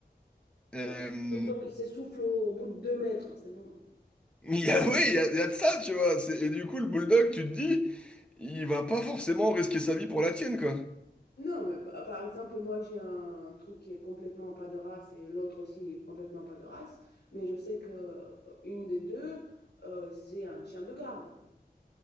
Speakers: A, in the centre; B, on the left.
A: euh,
B: ouais. Donc, il s'essouffle au, au bout de deux mètres, c'est bon.
A: <laughs> il y a, oui, il y a, il y a de ça, tu vois. c'est- Et du coup, le bulldog, tu te dis, il va pas forcément risquer sa vie pour la tienne, quoi.
B: Non, mais pa- par exemple, moi, j'ai un truc qui est complètement pas de race et l'autre aussi est complètement pas de race, mais je sais que euh, une des deux, euh, c'est un chien de garde.